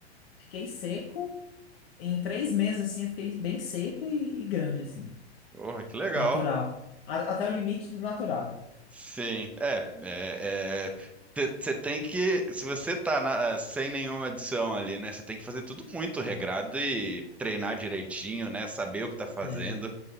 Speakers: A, on the left; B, in the centre.
A: Fiquei seco, em três meses, assim, eu fiquei bem seco e e grande, assim.
B: Porra, que legal.
A: Natural. A- até o limite do natural,
B: Sim. É, é, você tem que, se você tá na- sem nenhuma adição ali, né? Você tem que fazer tudo muito regrado e treinar direitinho, né? Saber o que tá fazendo.
A: né?